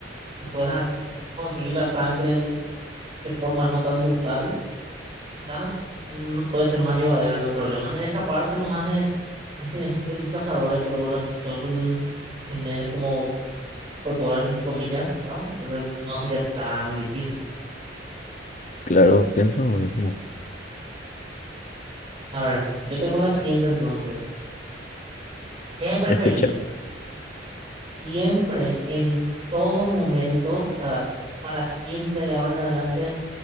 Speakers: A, on the right; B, on the left.
A: que puedas conseguir la sangre de forma no tan brutal, quizás mm, no puede ser más llevadero. El problema sería escaparse nomás <laughs> de los cazadores, pero bueno, si sos un tener como por poderes entre comillas, ¿no? Entonces no sería tan difícil.
B: Claro, pienso lo mismo.
A: A ver, yo tengo la siguiente entonces. ¿Qué preferís?
B: Te escucha.
A: Siempre, en todo momento, o sea, para siempre de ahora en adelante,